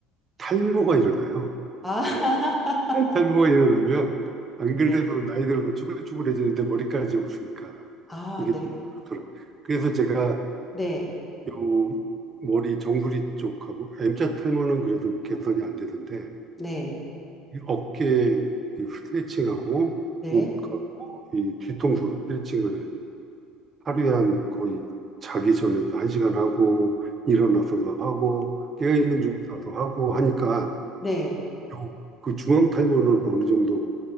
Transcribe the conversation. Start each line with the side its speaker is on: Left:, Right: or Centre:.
Right: 탈모가 일어나요.
Centre: 아,
Right: <laughs>
Centre: <laughs>
Right: 탈모가 일어나면, 안
Centre: 네.
Right: 그래도
Centre: 네.
Right: 나이 들어서 쭈글쭈글해지는데 머리까지 없으니까
Centre: 아,
Right: 이게
Centre: 네.
Right: 좀 그렇더라고요. 그래서 제가
Centre: 네.
Right: 요 머리 정수리 쪽하고 M자 탈모는 그래도 개선이 안 되던데
Centre: 네.
Right: 어깨 그 스트레칭하고
Centre: 네.
Right: 목하고 이 뒤통수 스트레칭을 하루에 한 거의 자기 전에도 한 시간 하고 일어나서도 하고 깨어있는 중에서도 하고 하니까
Centre: 네.
Right: 요- 그 중앙 탈모는 어느 정도